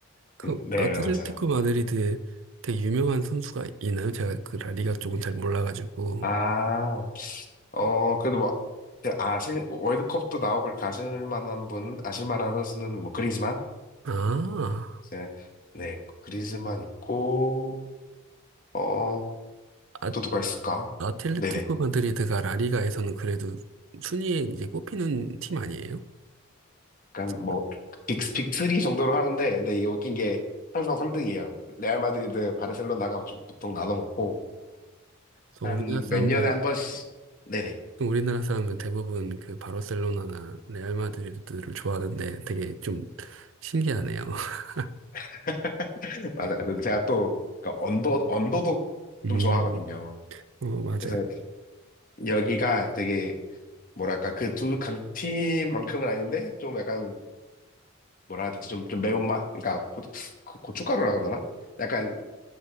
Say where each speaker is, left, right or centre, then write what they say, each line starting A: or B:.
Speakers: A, on the right; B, on the left.
A: 그
B: 음, 네
A: 아틀레티코
B: 맞아요.
A: 마드리드에 되게 유명한 선수가 있나요? 제가 그 라리가 쪽은 잘 몰라가지고.
B: 아 어 그래도 뭐 그 아실 월드컵도 나오고 그렇게 아실 만한 분 아실 만한 선수는 뭐 그리즈만
A: 아,
B: 네 네 그리즈만 있고 어
A: 아,
B: 또 누가 있을까?
A: 아틀레티코
B: 네네.
A: 마드리드가 라리가에서는 그래도 순위에 이제 꼽히는 팀 아니에요?
B: 약간
A: 제가-
B: 뭐, 빅, 빅3 정도로 하는데, 근데 이게 웃긴 게 항상 3등이에요. 레알 마드리드, 바르셀로나가 좀 보통 나눠 먹고,
A: 그래서
B: 한
A: 우리나라 사람들은
B: 몇 년에 한 번씩, 네네.
A: 우리나라 사람들은 대부분 그 바르셀로나나 레알 마드리드를 좋아하는데 되게 좀 신기하네요. <laughs>
B: <laughs> 맞아요. 근데 제가 또, 그러니까 언더, 언더독
A: 음,
B: 좀 좋아하거든요.
A: 어, 맞아요.
B: 그래서 여기가 되게, 뭐랄까, 그 두 강팀만큼은 아닌데, 좀 약간, 뭐라 해야 되지? 좀, 좀 매운맛? 그러니까 고, 고- 고춧가루라 그러나? 약간